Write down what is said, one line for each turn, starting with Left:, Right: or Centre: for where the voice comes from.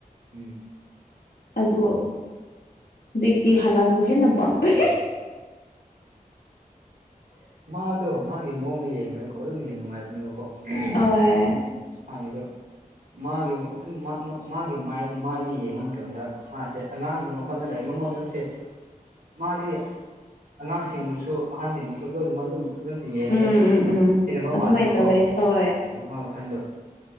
Right: ꯎꯝ
Left: ꯑꯗꯣ ꯍꯧꯖꯤꯛꯇꯤ ꯍꯂꯥꯟꯕꯨ ꯍꯦꯟꯅ ꯄꯥꯝꯈ꯭ꯔꯦ
Right: ꯃꯥꯗꯣ ꯃꯥꯒꯤ ꯃꯑꯣꯡꯗ ꯌꯦꯡꯕꯗꯀꯣ ꯑꯗꯨꯝ ꯌꯥꯝ ꯅꯨꯡꯉꯥꯏꯕ ꯅꯦꯕꯀꯣ ꯎꯝ
Left: ꯍꯣꯏ
Right: ꯃꯥꯒꯤꯗꯨ ꯃꯥꯒꯤ-ꯃꯥꯒꯤ ꯃꯥꯏꯗ ꯃꯥꯏꯗ ꯌꯦꯡꯕ ꯃꯇꯝꯗ ꯃꯥꯁꯦ ꯑꯉꯥꯡꯒꯤ ꯃꯈꯣꯟꯗ ꯂꯥꯏꯔꯤꯛ ꯃꯉꯣꯟꯗꯁꯦ ꯃꯥꯗꯤ ꯑꯉꯥꯡꯁꯤꯡꯅꯁꯨ ꯑꯍꯟꯁꯤꯡꯅꯁꯨ ꯂꯣꯏꯅꯃꯛ ꯑꯗꯨꯝ ꯄꯨꯂꯞ ꯌꯦꯡꯕꯗ
Left: ꯎꯝ
Right: ꯑꯗꯨꯝ
Left: ꯎꯝ ꯎꯝ
Right: ꯇꯤꯟꯅꯕ
Left: ꯑꯗꯨꯃꯥꯏꯅ
Right: ꯃꯥꯜꯂꯕꯀꯣ
Left: ꯇꯧꯋꯦ ꯍꯣꯏ
Right: ꯃꯥ ꯃꯥꯈꯟꯗꯨ